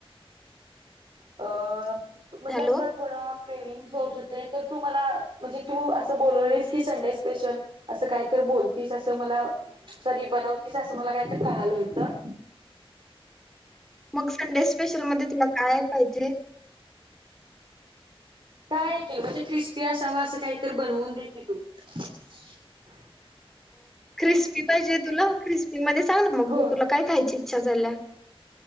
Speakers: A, on the right; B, in the centre.
A: अ म्हणजे
B: हॅलो
A: असं थोडं - सेविंग स होते होते तर तू मला म्हणजे तू अस बोलवलीस की संडे स्पेशल अस काहीत बोलतीस अस मला सॉरी बनवतीस अस मला काहीत कळालं होत.
B: मग संडे स्पेशल मध्ये तुला काय - पाहिजे.
A: काय ऐ केल म्हणजे क्रिस्पी असावा असं काहीत बनवून दे की तू -
B: क्रिस्पी पाहिजे तुला क्रिस्पी मध्ये! सांग ना मग
A: हो
B: तुला काय खायची इच्छा झाल्या.